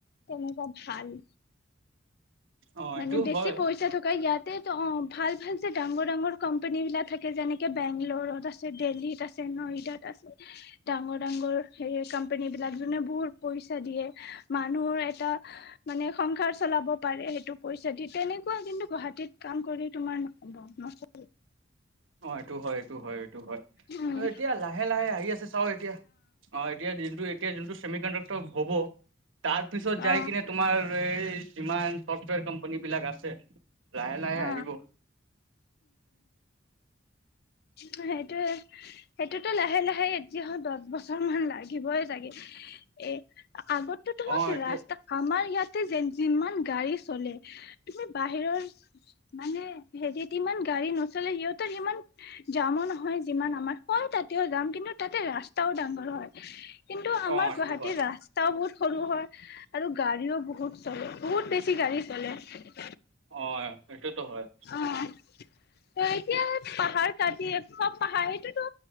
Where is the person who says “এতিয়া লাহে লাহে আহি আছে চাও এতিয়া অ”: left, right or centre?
Right